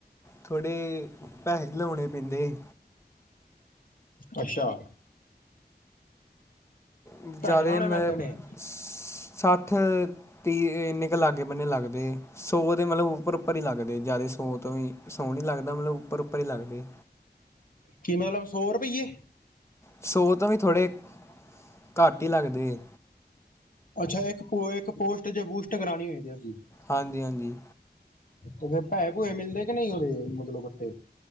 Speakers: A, on the left; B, on the left.
A: ਥੋੜੇ ਪੈਸੇ, ਲਾਉਣੇ ਪੈਂਦੇ।
B: ਅੱਛਾ।
A: ਵਿਚਾਰੇ
B: ਪੈਸੇ ਲਾਉਣੇ
A: ਮੈਂ।
B: ਪੈਂਦੇ ਨੇ
A: ਸੱਠ, ਤੀ ਇੰਨੇ ਕੁ ਲਾਗੇ, ਬੰਨੇ ਲੱਗਦੇ। ਸੌ ਮਲਬ ਉੱਪਰ, ਉੱਪਰ ਹੀ ਲੱਗਦੇ। ਜਿਆਦਾ ਸੋ ਤੋਂ ਸੋ ਨਹੀਂ ਲੱਗਦਾ। ਮਤਲਬ ਉੱਪਰ -ਉੱਪਰ ਹੀ ਲੱਗਦੇ।
B: ਕੀ ਮਤਲਬ, ਸੌ ਰੁਪਈਏ।
A: ਸੌ ਤੋਂ ਵੀ, ਥੋੜੇ ਘੱਟ ਹੀ ਲੱਗਦੇ।
B: ਅੱਛਾ, ਇੱਕ ਪ ਇੱਕ ਪੋਸਟ ਜੇ, ਬੂਸਟ ਕਰਾਣੀ ਹੋਏ ਅਸੀਂ।
A: ਹਾਂਜੀ- ਹਾਂਜੀ।
B: ਉਹ ਫੇਰ, ਭੈਏ- ਭੂਏ ਮਿਲਦੇ। ਕਿ ਨਹੀਂ, ਉਹਦੇ। ਮਤਲਬ ਵਟੇ।